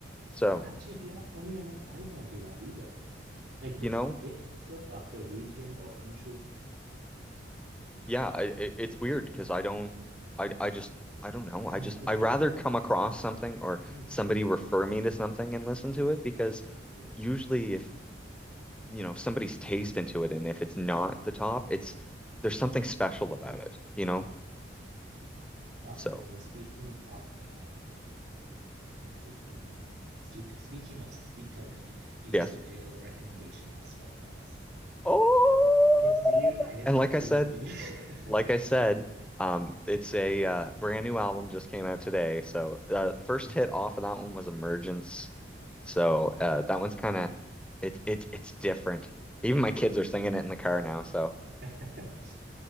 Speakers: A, in the centre; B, on the right.
A: So
B: Actually, yeah, funny enough, I don't do that either. Like the
A: you
B: top
A: know,
B: hits and stuff of the region or country,
A: yeah, I, i-
B: um,
A: it's weird because
B: mm,
A: I don't, I I just I don't know.
B: I
A: I
B: never
A: just
B: click
A: I rather
B: on them.
A: come across something or
B: Mm,
A: somebody
B: mm,
A: refer me to something and listen
B: mm.
A: to it because
B: Yeah,
A: usually if you know somebody's taste into it and if it's not
B: yeah.
A: the top, it's there's something
B: Mm,
A: special about it, you know.
B: mm. Uh-oh,
A: So.
B: speaking of um what's his name now? Sleep speaking of Speak Token, he just
A: Yes.
B: appeared as a recommendation on my Spotify. So
A: Oh,
B: thanks to you, I guess
A: and
B: I'll
A: like
B: have to
A: I said,
B: listen to him. <laughs>
A: like I said, um, it's a uh, brand new album just came out today. So the first
B: Mm,
A: hit off of that one was Emergence. So uh, that one's
B: Okay.
A: kind of it's it's it's different. Even my kids are singing it in the car now. So
B: <laughs>